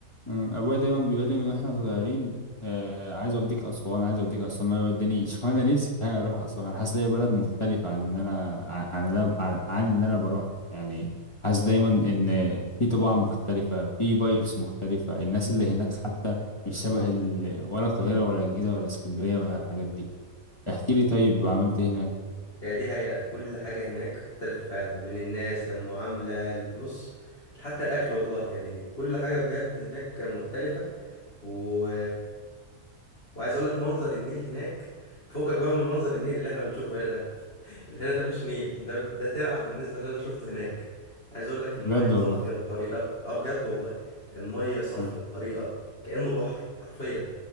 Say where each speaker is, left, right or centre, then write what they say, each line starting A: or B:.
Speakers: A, on the left (about 20°); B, on the left (about 40°).
A: آه، ابويا دايما بيقول لي من واحنا صغيرين آه عايز اوديك اسوان عايز اوديك اسوان ما يودينيش <laughs> وانا نفسي فيها اروح اسوان حاسس ليا بلد مختلفه عن ان انا عن عن اللي أنا- عن عن ان انا بروح يعني حاسس دايما ان في طباع مختلفه في فايبس مختلفه الناس اللي هناك حتى مش شبه ال... ولا القاهره ولا الجيزه ولا اسكندريه ولا الحاجات دي احكي لي طيب عملت ايه هناك
B: يعني دي حقيقة كل حاجة هناك مختلفة فعلا من الناس للمعاملة بص حتى الاكل والله يعني كل حاجة بجد هناك مختلفة و... وعايز اقول لك منظر النيل هناك فوقك بقى من منظر النيل اللي احنا بنشوفه هنا ده <laughs> اللي هنا ده مش نيل ده ده ترعة بالنسبة اللي انا شفته هناك عايز اقول لك المية
A: بجد
B: صافية
A: والله
B: بطريقة اه بجد والله المية صافية
A: آه.
B: بطريقة كأنه بحر حرفيا